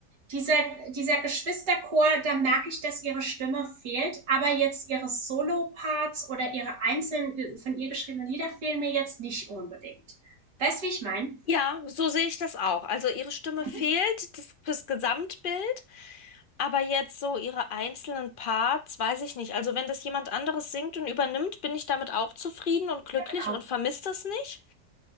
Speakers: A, on the right; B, on the left.
A: Dieser dieser Geschwisterchor, da merke ich, dass ihre Stimme fehlt, aber jetzt ihre Solo-Parts oder ihre einzelnen von ihr geschriebenen Lieder fehlen mir jetzt nicht unbedingt. Weißt du, wie ich meine?
B: ja, so sehe ich das auch. Also ihre Stimme fehlt
A: Mhm,
B: das fürs Gesamtbild, aber jetzt so ihre einzelnen Parts, weiß ich nicht. Also wenn das jemand anderes singt und übernimmt, bin ich damit auch zufrieden und glücklich
A: genau.
B: und vermisse das nicht.